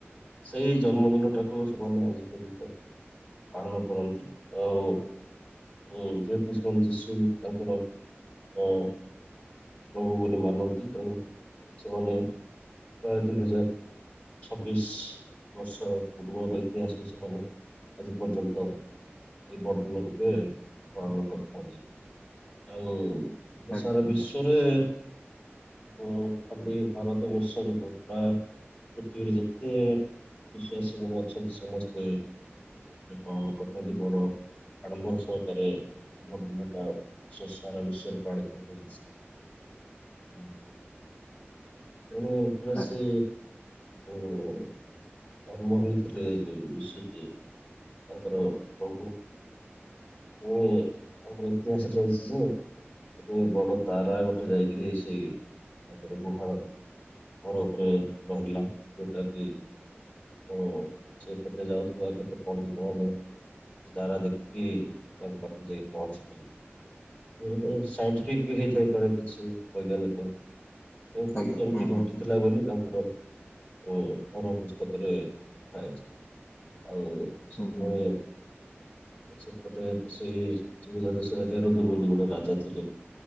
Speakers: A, on the left (about 30°); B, on the left (about 60°).
A: ସେଇ ଜନ୍ମଦିନଟାକୁ ସେମାନେ ଆଜି ପର୍ଯ୍ୟନ୍ତ ପାଳନ କରନ୍ତି ଆଉ ଉଁ ଯେହେତୁ ସେଣ୍ଟ୍ ଯୀଶୁ ତାଙ୍କର ଅ ପ୍ରଭୁ ବୋଲି ମାନନ୍ତି ତେଣୁ ସେମାନେ ପ୍ରାୟ ଦି ହଜାର ଛବିଶ ବର୍ଷ ପୂର୍ବର ଇତିହାସ ବି ସେମାନେ ଆଜି ପର୍ଯ୍ୟନ୍ତ ଏଇ <unintelligible> ରୂପେ ପାଳନ କରିଥାନ୍ତି। ଆଉ
B: ଆଜ୍ଞା
A: ସାରା
B: ଆଜ୍ଞା
A: ବିଶ୍ୱରେ ଉଁ ଖାଲି ଭାରତ୍ ବର୍ଷରେ ହୁଏ ବା ପୃଥିବୀରେ ଯେତେ ବିଶାସୀ ମାନେ ଅଛନ୍ତି ସମସ୍ତେ <unintelligible> ପାଳନକର୍ତ୍ତା ଯେ ବଡ ଆଡ଼ମ୍ବର ସହକାରେ ବଡ଼ଦିନଟା‌ ବିଶ୍ବ ସାରା‌ ବିଶ୍ବରେ ପାଳିତ‌ ହୋଇଅଛି। ହୁଁ। ତେଣୁ ପୁରା
B: ଆଜ୍ଞା
A: ସେ ଉଁ-ଉଁ-ଉଁ ଜନ୍ମ ହୋଇଥିଲେ ଯେ ଯୀଶୁଜୀ ତାଙ୍କର ପ୍ରଭୁ। ଏ ଆମର ଇତିହାସରେ ରହିଛି ଯୋ ସେତେବେଳେ ବଡ ତାରା ଗୋଟେ ଯାଇକିରି ସେଇ ତାଙ୍କର ଗୁହାଳ ଘର ଉପରେ ରହିଲା ଯୋଉଟା କି ଉଁ-ଉଁ ସେଇ ପଟେ ଯାଉଥିବା କେତେ ପଣ୍ଡିତମାନେ ସେ ତାରା ଦେଖିକି ତାଙ୍କ ପାଖକୁ ଯାଇକି ପହଞ୍ଚିଥିଲେ। ହୁଏତ ସାଇଣ୍ଟିଫିକ ବି ହେଇ ଥାଇପାରେ କିଛି ବୈଜ୍ଞାନିକ। ଉଁ କିନ୍ତୁ
B: ଆଜ୍ଞା
A: ଏମିତି
B: ହୁଁ
A: ଘଟିଥିଲା
B: ହୁଁ ହୁଁ
A: ବୋଲି ତାଙ୍କର ଉଁ ପର ଅବସ୍ ତାପରେ <unintelligible> ଆଉ
B: ହୁଁ
A: ସେତେବେଳେ
B: <unintelligible>
A: ସେପଟେ ସେଇ ଜୀହୁଦା ଦେଶରେ ହେରଦ ବୋଲି ଗୋଟେ ରାଜା ଥିଲେ।